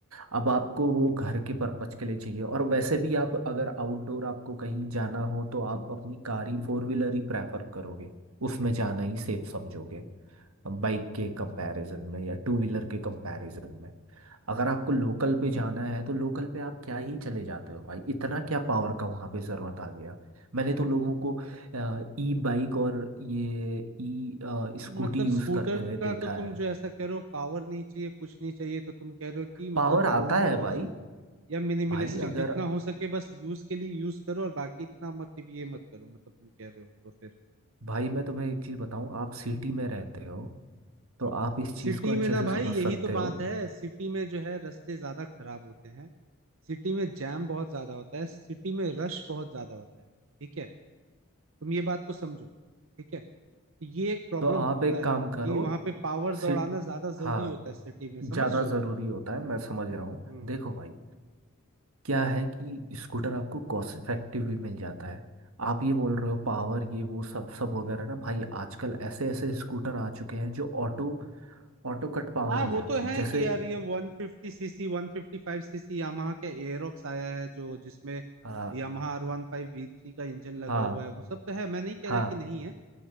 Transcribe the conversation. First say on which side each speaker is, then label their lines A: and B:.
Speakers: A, on the right; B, on the right.
A: अब आपको वो घर के पर्पज के लिए चाहिए और वैसे भी आप अगर आउटडोर आपको कहीं जाना हो तो आप अपनी कार ही फोर व्हीलर ही प्रेफर करोगे उसमें जाना ही सेफ समझोगे बाइक के कंपैरिजन में या टू व्हीलर के कंपैरिजन में अगर आपको लोकल पे जाना है तो लोकल पे आप क्या ही चले जाते हो भाई इतना क्या पावर का वहाँ पे ज़रूरत आ गया मैंने तो लोगों को ई बाइक और ये ई स्कूटी
B: मतलब
A: यूज़
B: स्कूटर
A: करते हुए
B: का
A: देखा
B: तो तुम
A: है
B: जो ऐसा कह रहे हो पावर नहीं चाहिए कुछ नहीं चाहिए तो तुम कह रहे हो कि मतलब
A: पावर आता
B: लो
A: है
B: कॉस्ट
A: भाई
B: या मिनिमलिस्टिक
A: भाई अगर
B: जितना हो सके बस यूज के लिए यूज करो और बाकी इतना मतलब ये मत करो मतलब तुम कह रहे हो तो फिर
A: भाई मैं तुम्हें एक चीज़ बताऊं आप सिटी में रहते हो तो आप इस चीज़
B: सिटी
A: को अच्छे
B: में ना
A: से
B: भाई
A: समझ
B: यही
A: सकते
B: तो बात
A: हो
B: है सिटी में जो है रास्ते ज्यादा खराब होते हैं सिटी में जैम बहुत ज्यादा होता है सिटी में रश बहुत ज्यादा होता है ठीक है तुम ये बात को समझो ठीक है तो ये एक प्रॉब्लम
A: तो आप
B: होता
A: एक
B: है
A: काम करो
B: कि वहां पे पावर दौड़ाना
A: सिट
B: ज्यादा जरूरी
A: हाँ
B: होता है सिटी में समझ
A: ज़्यादा
B: रहे
A: ज़रूरी
B: हो
A: होता है मैं समझ रहा हूँ
B: हम्म
A: देखो भाई क्या है कि स्कूटर आपको कॉस्ट इफेक्टिव भी मिल जाता है आप ये बोल रहे हो पावर ये वो सब सब वगैरह ना भाई आजकल ऐसे ऐसे स्कूटर आ चुके हैं जो ऑटो ऑटो कट पावर
B: हाँ
A: हो
B: वो
A: जाते
B: तो
A: हैं
B: है
A: जैसे
B: कि यार ये 150 सीसी 155 सीसी यामाहा के एरोक्स आया है जो जिसमें
A: आ,
B: यामाहा आर वन फाइव वी थ्री का इंजन लगा
A: हाँ
B: हुआ है वो सब तो है मैं नहीं कह
A: हाँ
B: रहा कि नहीं है